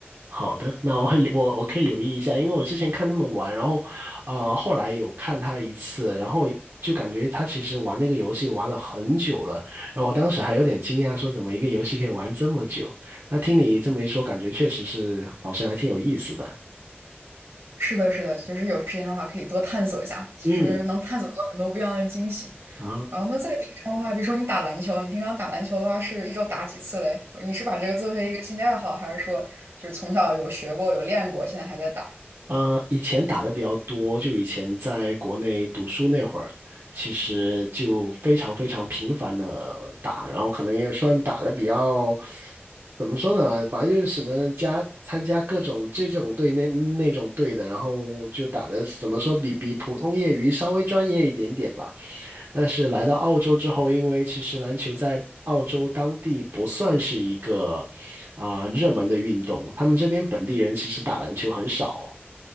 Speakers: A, on the right; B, on the right.
A: 好的，那我会留我我可以留意一下，因为我之前看他们玩，然后呃后来有看他一次，然后就感觉他其实玩那个游戏玩了很久了，然后我当时还有点惊讶，说怎么一个游戏可以玩这么久？那听你这么一说，感觉确实是好像还挺有意思的。
B: 是的，是的，其实有时间的话可以多探索一下，其实能探索到很多不一样的惊喜。
A: 嗯，啊，
B: 然后那在平常的话，比如说你打篮球，你平常打篮球的话是一周打几次嘞？你是把这个作为一个兴趣爱好，还是说就是从小有学过、有练过，现在还在打？
A: 呃，以前打的比较多，就以前在国内读书那会儿，其实就非常非常频繁的打，然后可能也算打的比较，怎么说呢？反正就是什么加参加各种这种队那那种队的，然后就打的怎么说比比普通业余稍微专业一点点吧。但是来到澳洲之后，因为其实篮球在澳洲当地不算是一个啊、热门的运动，他们这边本地人其实打篮球很少。